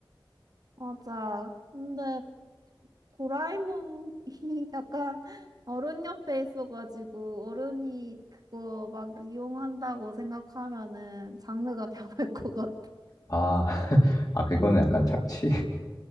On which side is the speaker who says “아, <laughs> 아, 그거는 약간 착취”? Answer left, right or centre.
Left